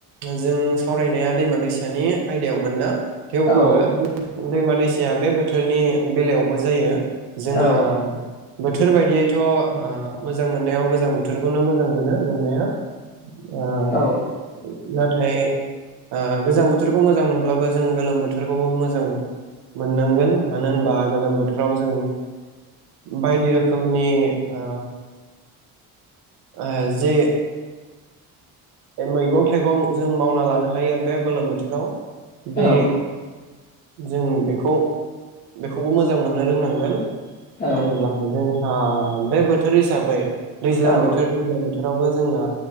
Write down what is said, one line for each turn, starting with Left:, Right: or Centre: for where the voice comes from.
Right: जों सावरायनाया दैमा दैसानि आयदायावमोन ना? थेवबो
Left: औ
Right: दैमा दैस या बे बोथोरनि बेलायावबो जायो। जोंहा
Left: औ
Right: बोथोर बायदियैथ ओ मोजां मोननायाव गोजां बोथोरखौ मोजां मोनो मोननाया ओ
Left: औ
Right: नाथाय ओ गोजां बोथोरखौ मोजां मोनब्लाबो जों गोलोम बोथोरखौबो मोजां मोननांगोन मानो होनबा गोलोम बोथोराव जों बायदि रोखोमनि ओ ओ जे ए मैगं थाइगं जों मावना लानो हायो बे गोलोम बोथोराव। बे
Left: औ
Right: जों बेखौ बेखौबो मोजां मोननो रोंनांगोन। <unintelligible>
Left: औ
Right: ओ बे बोथोर हिसाबै दैज्लां
Left: औ
Right: बोथोर दैज्लां बोथोर रावबो जोंना